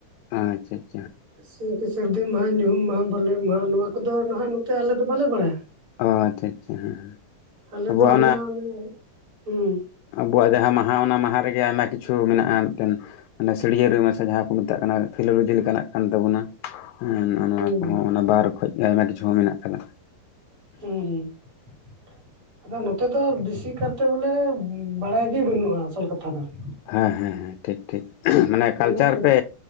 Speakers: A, on the left; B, on the right.
A: ᱟᱪ-ᱪᱷᱟ ᱾
B: ᱥᱮ ᱥᱟᱹᱨᱫᱤ ᱢᱟᱦᱟᱸ ᱧᱩᱦᱩᱢ ᱢᱟᱦᱟᱸ ᱵᱟᱞᱮ ᱢᱟᱦᱟᱸ ᱱᱚᱣᱟ ᱠᱚᱫᱚ ᱱᱟᱦᱟᱜ ᱱᱚᱛᱮ ᱟᱞᱮ ᱫᱚ ᱵᱟᱞᱮ ᱵᱟᱲᱟᱭᱟ
A: ᱚ ᱟᱪᱪᱷᱟ ᱟᱪᱪᱷᱟ
B: ᱾
A: ᱦᱮᱸ ᱦᱮᱸ
B: ᱟᱞᱮ
A: ᱟᱵᱚᱣᱟᱜ
B: ᱫᱚ ᱦᱟᱱᱟ-ᱢᱢ, ᱩᱸᱦ ᱾
A: ᱟᱵᱚᱣᱼᱟᱜ ᱡᱟᱦᱟᱸ ᱢᱟᱦᱟᱸ ᱚᱱᱟ ᱢᱟᱦᱟᱸ ᱨᱮᱜᱮ ᱟᱭᱢᱟ ᱠᱤᱪᱷᱩ ᱢᱮᱱᱟᱜᱼᱟ ᱢᱤᱫᱴᱮᱱ, ᱢᱟᱱᱮ ᱥᱟᱹᱲᱭᱟᱹᱨᱮ ᱢᱮᱥᱟ ᱡᱟᱦᱟᱸ ᱠᱚ ᱢᱮᱛᱟᱜ ᱠᱟᱱᱟ ᱯᱷᱤᱞᱳᱞᱚᱡᱤ ᱞᱮᱠᱟᱱᱼᱟᱜ ᱠᱟᱱ ᱛᱟᱵᱚᱱᱟ ᱾ ᱱᱚᱜ ᱚ ᱱᱚᱣᱟ
B: ᱦᱩᱸ
A: ᱠᱚᱦᱚᱸ ᱚᱱᱟ ᱵᱟᱨ ᱠᱷᱚᱡ ᱜᱮ ᱟᱭᱢᱟ ᱠᱤᱪᱷᱩ ᱢᱮᱱᱟᱜ ᱠᱟᱫᱟ ᱾
B: ᱦᱩᱸ ᱾ ᱟᱫᱚ ᱱᱚᱛᱮ ᱫᱚ ᱵᱤᱥᱤ ᱠᱟᱨᱛᱮ ᱵᱚᱞᱮ ᱵᱟᱲᱟᱭ ᱜᱮ ᱵᱟᱹᱱᱩᱜᱼᱟ ᱟᱥᱚᱞ ᱠᱟᱛᱷ ᱠᱟᱛᱷᱟ ᱫᱚ ᱾
A: ᱦᱮᱸ- ᱦᱮᱸ -ᱦᱮᱸ ᱴᱷᱤᱠ -ᱴᱷᱤᱠ ᱷᱮᱦ ᱢᱟᱱᱮ
B: ᱚᱱᱟ
A: ᱠᱟᱞᱪᱟᱨ ᱯᱮ